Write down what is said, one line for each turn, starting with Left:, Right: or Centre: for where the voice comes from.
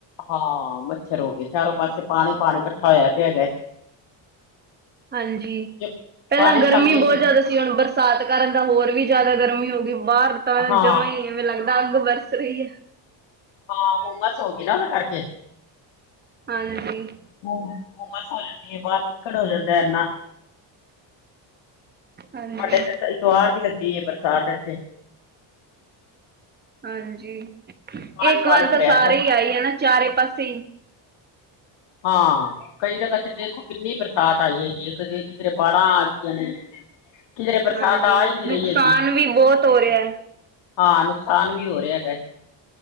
Left: ਹਾਂ ਮੱਛਰ ਹੋ ਗਏ ਚਾਰੋਂ ਪਾਸੇ ਪਾਣੀ ਪਾਣੀ ਇਕੱਠਾ ਹੋਇਆ ਪਿਆ ਹੈਗਾ।
Right: ਹਾਂਜੀ,
Left: ਜੇ
Right: ਪਹਿਲਾਂ
Left: ਬਾਰਿਸ਼
Right: ਗਰਮੀ
Left: ਆਉਂਦੀ
Right: ਬਹੁਤ
Left: ਤੇ
Right: ਜ਼ਿਆਦਾ ਸੀ। ਹੁਣ ਬਰਸਾਤ ਕਾਰਨ ਤਾਂ ਹੋਰ ਵੀ ਜ਼ਿਆਦਾ ਗਰਮੀ ਹੋ ਗਈ। ਬਾਹਰ ਤਾਂ
Left: ਹਾਂ
Right: ਜਮਾ ਹੀ ਐਵੇਂ ਲੱਗਦਾ ਅੱਗ ਵਰਦੀ। ਸਹੀ ਹੈ।
Left: ਹਾਂ ਹੁਮਸ ਹੋ ਗਈ ਨਾ ਉਹਦੇ ਕਰਕੇ।
Right: ਹਾਂਜੀ
Left: ਹ ਹਮਸ ਹੋ ਜਾਂਦੀ ਹੈ ਬਾਹਰ ਚਿੱਕੜ ਹੋ ਜਾਂਦਾ ਇਨਾ।
Right: ਹਾਂਜੀ
Left: ਸਾਡੇ ਤੇ ਇਤਵਾਰ ਦੀ ਲੱਗੀ ਬਰਸਾਤ ਇੱਥੇ।
Right: ਹਾਂਜੀ
Left: ਪਾਣੀ
Right: ਇੱਕ
Left: ਪਾਣੀ
Right: ਵਾਰ
Left: ਭਰਿਆ
Right: ਤਾਂ ਸਾਰੇ
Left: ਪਿਆ
Right: ਹੀ ਆਈ ਆ ਨਾ ਚਾਰੇ ਪਾਸੇ।
Left: ਹਾਂ, ਕਈ ਜਗ੍ਹਾ ਦੇਖੋ ਕਿੰਨੀ ਬਰਸਾਤ ਆਈ ਹੈਗੀ ਹੈ। ਕਿਤੇ ਕਿਤੇ ਬਾੜਾਂ। ਕਹੀਂਆ ਨੇ ਕਿਧਰੇ ਬਰਸਾਤ
Right: ਹਾਂਜੀ
Left: ਆ ਹੀ ਨੀ
Right: ਨੁਕਸਾਨ
Left: ਰਹੀ ਹੈਗੀ।
Right: ਵੀ ਬਹੁਤ ਹੋ ਰਿਹਾ ਹੈ
Left: ਹਾਂ ਨੁਕਸਾਨ ਵੀ ਹੋ ਰਿਹਾ ਹੈਗਾ।